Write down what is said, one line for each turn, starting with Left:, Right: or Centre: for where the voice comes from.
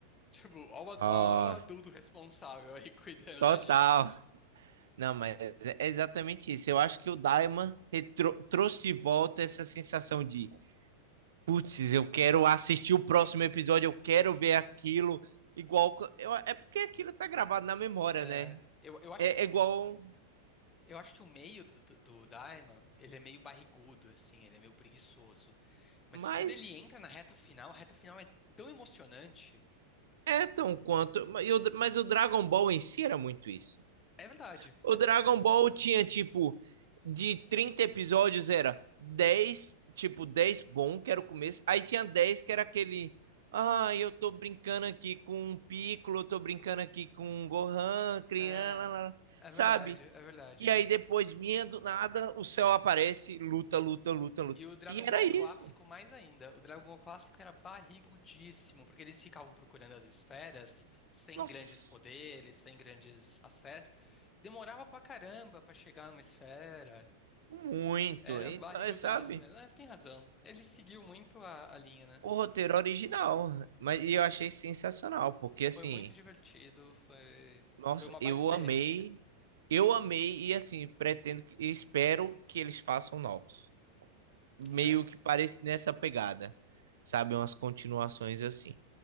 Left: Tipo, ó o, ad-
Right: Nossa.
Left: ó o adulto responsável aí <laughs> cuidando
Right: Total.
Left: da gente.
Right: Não, mas é exatamente isso. Eu acho que o Daima retro- trouxe de volta essa sensação de putz, eu quero assistir o próximo episódio, eu quero ver aquilo. Igual. Eu, é porque aquilo tá gravado na memória,
Left: É,
Right: né?
Left: eu, eu acho
Right: É,
Left: que
Right: é
Left: um
Right: igual.
Left: Eu acho que o meio do, do do Daima, ele é meio barrigudo, assim, ele é meio preguiçoso. Mas
Right: Mas.
Left: quando ele entra na reta final, a reta final é tão emocionante.
Right: É tão quanto. Mas, o Dragon Ball em si era muito isso.
Left: É verdade.
Right: O Dragon Ball tinha, tipo, de 30 episódios era 10, tipo, 10 bom, que era o começo. Aí tinha 10 que era aquele. Ah, eu tô brincando aqui com o Piccolo, eu tô brincando aqui com o Gohan, criança,
Left: É, é
Right: sabe?
Left: verdade, é verdade.
Right: E aí depois vinha do nada, o céu aparece, luta, luta, luta, luta.
Left: E o Dragon
Right: E era
Left: Ball
Right: isso.
Left: clássico mais ainda. O Dragon Ball clássico era barrigudíssimo, porque eles ficavam procurando as esferas, sem
Right: Nossa,
Left: grandes poderes, sem grandes acessos. Demorava pra caramba pra chegar numa esfera.
Right: muito.
Left: Era
Right: Então,
Left: barrigudaço
Right: é, sabe,
Left: mesmo. Mas tem razão. Ele seguiu muito a a linha, né?
Right: o roteiro original. Mas e eu achei sensacional, porque
Left: Foi
Right: assim,
Left: muito divertido, foi,
Right: nossa,
Left: foi uma baita
Right: eu
Left: experiência,
Right: amei, eu amei e assim, pretendo que, espero que eles façam novos. meio
Left: né?
Right: que parece nessa pegada, sabe? Umas continuações assim.